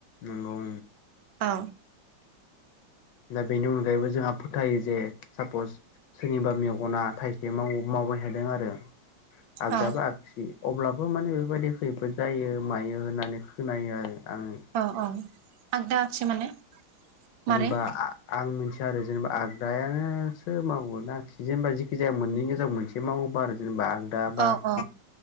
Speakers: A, on the left; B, on the right.
A: नोंगौ
B: औ
A: दा बेनि अनगायैबो जोंहा फोथायो जे सापस सोरनिबा मेगना थाइसे मावबाय थादों आरो आगदाबा
B: औ
A: आ गसि अब्लाबो माने बेफोरबायदि खैफोद जायो मायो होननानै खोनायो आरो आङो।
B: औ औ आगदा आगसि माने
A: जेनेबा
B: मारै
A: आं मिथिया आरो जेनेबा आगदायानोसो मावगोननाखि जेनेबा जेखि जाया मोननैनि गेजेराव मोनसे एसे मावोबा आरो जेनेबा आ दा बाख
B: औ औ